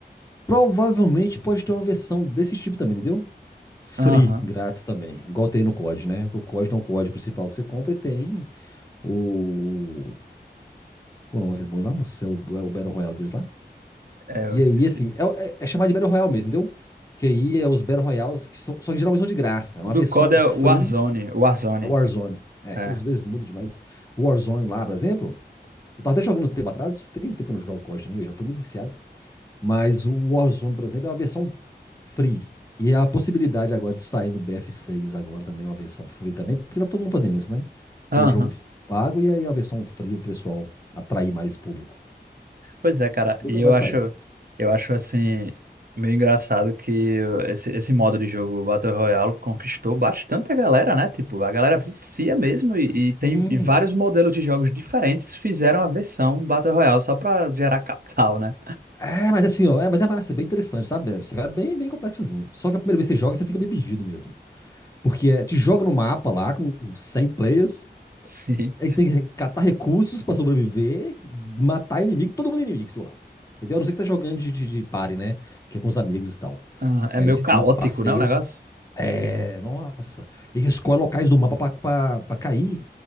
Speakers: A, on the left; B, on the right.
A: provavelmente pode ter uma versão desse tipo também, entendeu? Free,
B: aham,
A: grátis também. Igual tem no COD, né? O COD não é o código principal que você compra e tem o. Qual é o nome que eles põem lá? moço? É o, é o Battle Royale deles lá?
B: é, eu
A: E
B: esqueci.
A: aí, assim, é, é- é chamado de Battle Royale mesmo, entendeu? Que aí é os Battle Royales, que são, só que geralmente são de graça. É
B: O
A: uma
B: do
A: versão
B: COD é
A: free,
B: Warzone, Warzone,
A: é Warzone. É, aquelas
B: é.
A: vezes muda demais. Warzone lá, por exemplo, eu tava até jogando um tempo atrás, tem tempo que eu não jogo COD também, eu já fui muito viciado. Mas o Warzone, por exemplo, é uma versão free. E a possibilidade agora de sair no BF6 agora também é uma versão free também, porque tá todo mundo fazendo isso, né?
B: Aham.
A: Tem o jogo f- pago e aí a versão free pro pessoal atrair mais público.
B: Pois é, cara,
A: Bem
B: e
A: provável
B: eu acho,
A: de sair.
B: eu acho assim, meio engraçado que esse, esse modo de jogo Battle Royale conquistou bastante a galera, né? Tipo, a galera vicia mesmo e,
A: Sim,
B: e tem e vários modelos de jogos diferentes fizeram a versão Battle Royale só pra gerar <laughs> capital, né?
A: É, mas assim, ó, é, mas é massa, é bem interessante, sabe? Só que É bem, bem complexozinho. Só que a primeira vez que você joga, você fica bem perdido mesmo. Porque é, te joga no mapa lá com 100 players,
B: Sim.
A: aí você tem que catar recursos pra sobreviver, matar inimigo, todo mundo é inimigo, sei lá. Entendeu? A não ser que você tá jogando de, de, de party, né? Que é com os amigos e tal.
B: Ah, é
A: Que
B: meio
A: aí você
B: caótico,
A: tem um parceiro.
B: né, o negócio?
A: É, nossa. E você escolhe locais do mapa pra, pra, pra cair